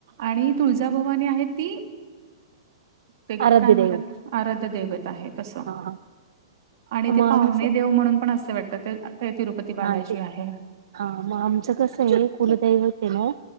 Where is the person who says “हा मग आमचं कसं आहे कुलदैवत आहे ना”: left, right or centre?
Right